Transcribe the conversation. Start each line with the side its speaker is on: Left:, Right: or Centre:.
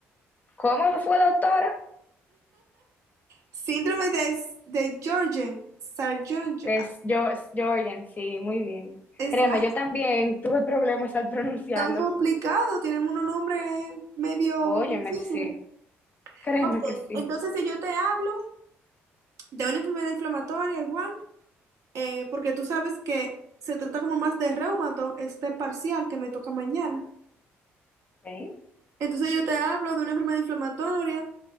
Left: ¿Cómo fue, doctora?
Right: Síndrome de, de Jorgen, Sjögren's.
Left: Es yo, es Jorgen, sí, muy bien.
Right: Es
Left: Créeme,
Right: no es
Left: yo también tuve problemas al pronunciarlo.
Right: tan complicado, tienen unos nombres medio
Left: Óyeme,
Right: difíciles.
Left: sí, créeme
Right: Ok,
Left: que sí.
Right: entonces si yo te hablo de una enfermedad inflamatoria igual, eh, porque tú sabes que se trata como más de reumato, este parcial que me toca mañana.
Left: Ok,
Right: Entonces yo te hablo de una enfermedad inflamatoria,